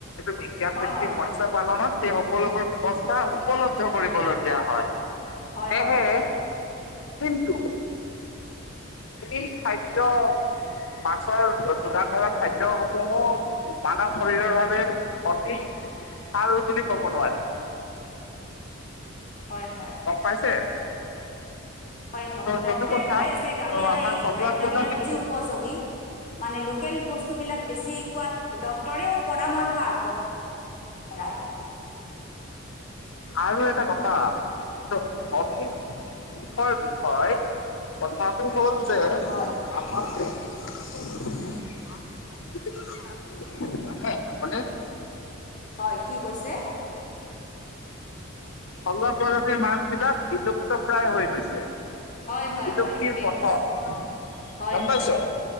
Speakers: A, on the left; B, on the left.
A: বিজ্ঞান
B: হয়
A: ভিত্তিক মৎস্য পালনত সেই সকলোবোৰ ব্যৱস্থা উপলব্ধ কৰিবলগীয়া হয়।
B: হয়
A: সেয়েহে
B: হয়
A: কিন্তু, এই খাদ্য। মাছৰ যোগান ধৰা খাদ্য সমূহো, মানৱ শৰীৰৰ বাবে অতি ভাল বুলি কব নোৱাৰি। <inaudible>
B: হয় হয়।
A: গম পাইছে?
B: হয় হয়
A: ত'
B: ডক্টৰে
A: সেইটো কথা
B: কয় যে গাঁৱলীয়া
A: ত' আমাৰ
B: এই
A: ঘৰুৱা
B: খাদ্য
A: প্ৰজাতিত
B: বিলাক বেছি উপযোগী। মানে লোকেল বস্তুবিলাক বেছি খোৱাত ডক্তৰেও পৰামৰ্শ আগবঢ়ায়। শৰাই।
A: আৰু এটা কথা, এইটো অফি চৰ বিষয় কথাটো হ'ল যে
B: হয়
A: আমাৰ, <unintelligible> মানে আপোনি,
B: হয় কি কৈছে?
A: সংগপ্ৰজাতিৰ মাছবিলাক বিলুপ্তপ্ৰায় হৈ গৈছে।
B: হয় হয়
A: বিলুপ্তিৰ
B: হয় ঠিকে
A: পথত
B: কৈছে হয়
A: গম
B: হয়
A: পাইছে?